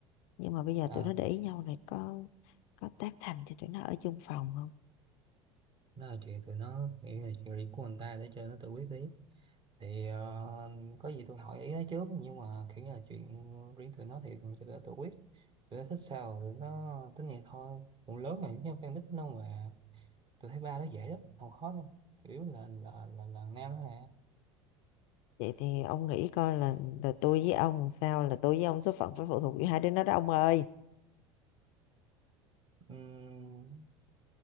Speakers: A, on the left; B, on the right.
A: nhưng mà bây giờ
B: ờ
A: tụi nó để ý nhau này có có tác thành cho tụi nó ở chung phòng không
B: đó là chuyện tụi nó nghĩ là chuyện riêng của người ta để cho nó tự quyết tí thì ờ, có gì tôi hỏi ý nó trước nhưng mà kiểu như là chuyện riêng tụi nó thì cho tụi nó tự quyết tụi nó thích sao tụi nó tính vậy thôi cũng lớn rồi chứ không phải nít đâu mà tôi thấy ba nó dễ lắm không khó đâu chủ yếu là là là, là nam đó
A: vậy thì ông nghĩ coi là, là tôi với ông làm sao là tôi với ông số phận phải phụ thuộc vào hai đứa nó đó ông ơi
B: nè